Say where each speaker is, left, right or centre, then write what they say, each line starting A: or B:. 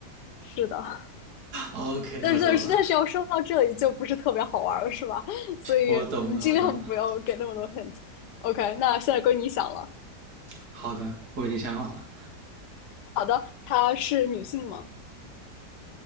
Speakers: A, on the left; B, on the right.
A: 是的，
B: ？OK，
A: 但是但是但是要说到这里就不是特别好玩了，
B: 我懂了，
A: 是吧？所以我们尽量不要给那么多
B: 我懂了，我懂了。
A: hint。OK，那现在归你想了。
B: 好的，我已经想好了，
A: 好的，她是女性吗？